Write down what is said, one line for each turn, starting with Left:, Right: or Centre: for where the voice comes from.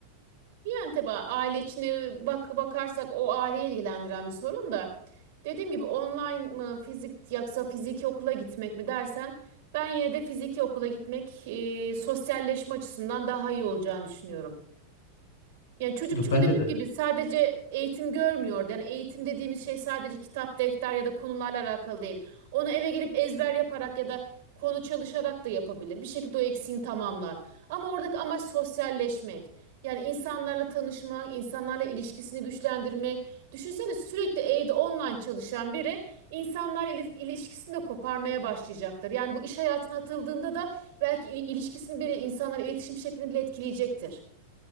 Right: Yani tabii aile içine bak bakarsak o aileyi ilgilendiren bir sorun da. Dediğim gibi online mı fizik yoksa fiziki okula gitmek mi dersen ben yine de fiziki okula gitmek e, sosyalleşme açısından daha iyi olacağını düşünüyorum. Yani çocuk
Left: Ya
Right: çünkü
Left: Bence
Right: dediğim
Left: de
Right: gibi sadece eğitim görmüyordu. Yani eğitim dediğimiz şey sadece kitap, defter ya da konularla alakalı değil. Onu eve gelip ezber yaparak ya da konu çalışarak da yapabilir. Bir şekilde o eksiğini tamamlar. Ama oradaki amaç sosyalleşmek. Yani insanlarla tanışmak, insanlarla ilişkisini güçlendirmek. Düşünsene sürekli evde online çalışan biri insanlarla ili- ilişkisini de koparmaya başlayacaktır. Yani bu iş hayatına atıldığında da belki il- ilişkisini bile insanlarla iletişim şeklini bile etkileyecektir.